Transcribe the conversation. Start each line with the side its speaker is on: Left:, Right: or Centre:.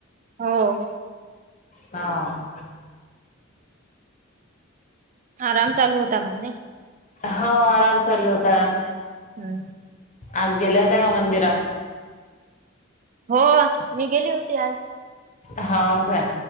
Right: हो.
Left: हां. <inaudible>
Right: आराम चालू होता मग नई.
Left: हो आराम चालू होता.
Right: हं.
Left: आज गेल्या होत्या का मंदिरात?
Right: हो मी गेली होती आज.
Left: हो काय,